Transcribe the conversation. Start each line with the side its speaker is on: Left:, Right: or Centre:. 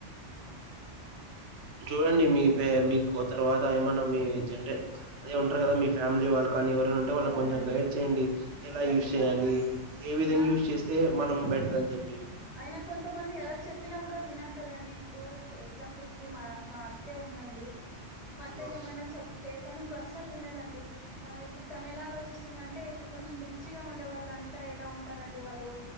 Right: చూడండి మీ పే మీకు తర్వాత ఏమన్నా మీ జండే అదే ఉంటారు కదా మీ ఫ్యామిలీ వాళ్ళు కానీ ఎవరైనా ఉంటే వాళ్ళ
Left: అవునండి
Right: కొంచెం గైడ్ చేయండి ఎలా
Left: ఖచ్చితంగా
Right: యూస్ చేయాలి
Left: అండి
Right: ఏ విధంగా
Left: అయినా
Right: యూస్ చేస్తే మనం బెటర్ అని చెప్పి
Left: అయిన కొంతమంది ఎలా చెప్పినా కూడా వినరు కదండి ఇప్పుడు ఎగ్జాంపుల్ కి మా మా అత్తె ఉందండి మా అత్తయ్
Right: ఆ
Left: కేమన్నా చప్తే తను అసలు వినదండి ఆ ఇప్పుడు తనెలా ఆలోచిస్తుందాంటే ఇప్పుడు కొంచెం రిచ్చ్ గా ఉండే వాళ్ళు అంతా ఎలా ఉంటారండి వాళ్ళు